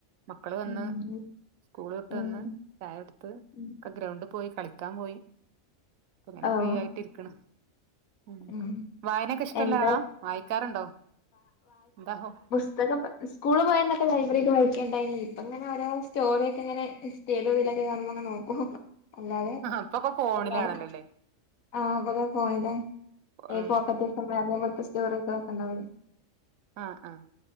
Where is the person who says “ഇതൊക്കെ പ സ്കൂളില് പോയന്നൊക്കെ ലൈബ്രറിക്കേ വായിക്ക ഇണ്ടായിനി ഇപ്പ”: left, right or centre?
Left